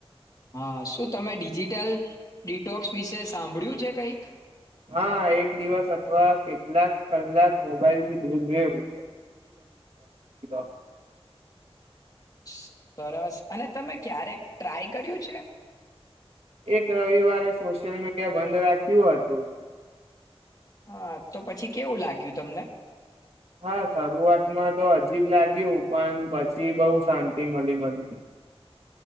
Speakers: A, on the left (about 35°); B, on the right (about 80°).
A: હા શું તમે ડિજિટલ ડિટોક્સ વિશે સાંભળ્યું છે કઈક
B: હા એક દિવસ અથવા કેટલાક કલાક મોબાઈલ થી દૂર એવું <inaudible>
A: સરસ અને તમે ક્યારેક ટ્રાય કર્યું છે
B: એક રવિવારે સોશિયલ મીડિયા બંધ રાખ્યું હતું
A: હા તો પછી કેવું લાગ્યું તમને
B: હા શરૂઆતમાં તો હજીબ લાગ્યું પણ પછી બહુ શાંતિ મળી મને